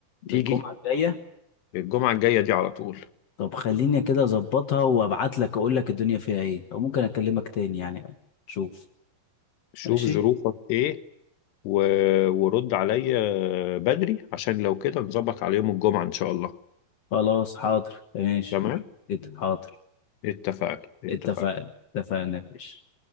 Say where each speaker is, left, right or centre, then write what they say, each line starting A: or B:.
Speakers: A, on the left; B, on the left.
A: تيجي
B: الجمعه الجايه
A: الجمعة الجاية دي على طول
B: طب خليني كده اظبطها وابعت لك اقول لك الدنيا فيها ايه او ممكن اكلمك تاني يعني شوف
A: شوف
B: ماشي
A: ظروفك ايه و... ورد عليا بدري عشان لو كده نظبط على يوم الجمعة ان شاء الله
B: خلاص حاضر ماشي
A: تمام
B: إت- حاضر
A: اتفقنا اتفقنا
B: اتفقنا اتفقنا يا باشا